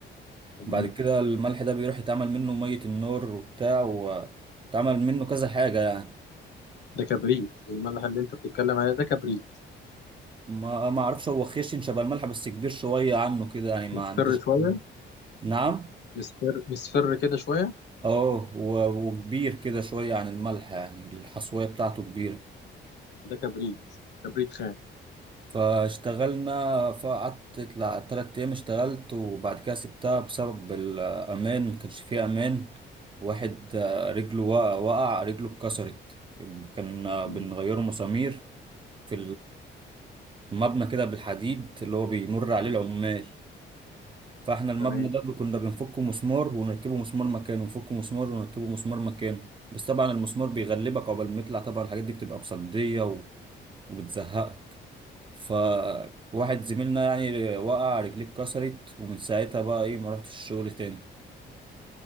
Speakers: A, on the left (about 60°); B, on the right (about 25°).
A: تمام
B: بعد كده الملح ده بيروح يتعمل منه مية النور وبتاع وتعمل منه كذا حاجة يعني
A: ده كبريت الملح اللي انت بتتكلم عليه ده كبريت
B: ما ما اعرفش هو خشن شبه الملح بس كبير شوية عنه كده يعني ما
A: مصفر
B: عنديش
A: شويه
B: نعم
A: مصفر مصفر كده شويه
B: اه و- وكبير كده شوية عن الملح يعني الحصوية بتاعته كبيرة
A: ده كبريت كبريت خام
B: فاشتغلنا فقعدت تلا- تلات أيام اشتغلت وبعد كده سبتها بسبب الأمان مكانش فيه أمان واحد آه، رجله وقع, وقع رجله اتكسرت كان آه،
A: مم.
B: بنغيره مسامير في المبنى كده بالحديد اللي هو بيمر عليه العمال فاحنا المبنى
A: تمام
B: ده كنا بنفكه مسمار ونركبه مسمار مكانه نفكه مسمار ونركبه مسمار مكانه بس طبعا المسمار بيغلبك عقبال ما يطلع طبعا الحاجات دي بتبقى مصدية و- وبتزهقك فواحد زميلنا يعني وقع رجليه اتكسرت ومن ساعتها بقى ايه ما رحتش الشغل تاني